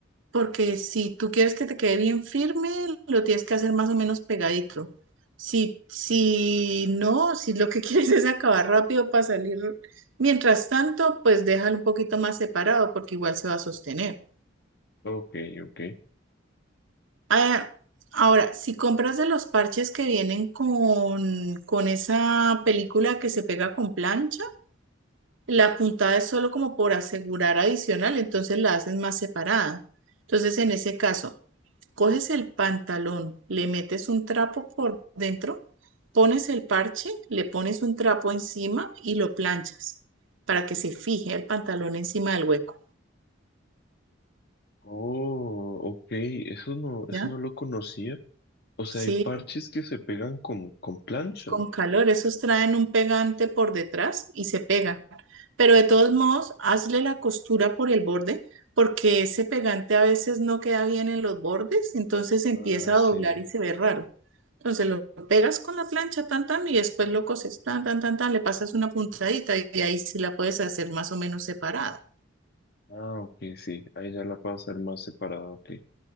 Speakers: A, on the right (about 80°); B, on the left (about 55°).
A: Porque si tú quieres que te quede bien firme, lo tienes que hacer más o menos pegadito. Si, si no, si lo que <laughs> quieres es acabar rápido para salir, mientras tanto, pues déjalo un poquito más separado porque igual se va a sostener.
B: Ok, ok.
A: Ah, ahora, si compras de los parches que vienen con, con esa película que se pega con plancha, la puntada es solo como por asegurar adicional, entonces la haces más separada. Entonces, en ese caso... coges el pantalón, le metes un trapo por dentro, pones el parche, le pones un trapo encima y lo planchas para que se fije el pantalón encima del hueco,
B: Oh, ok, eso no, eso
A: ¿ya?
B: no lo conocía. O sea,
A: Sí,
B: hay parches que se pegan con, con plancha.
A: con calor, esos traen un pegante por detrás y se pegan. Pero de todos modos, hazle la costura por el borde porque ese pegante a veces no queda bien en los bordes, entonces empieza
B: Ah, sí.
A: a doblar y se ve raro. Entonces lo pegas con la plancha, tan, tan, y después lo coses, tan, tan, tan, tan, le pasas una puntadita y ahí sí la puedes hacer más o menos separada.
B: Ah, ok, sí. Ahí ya la puedo hacer más separada, ok.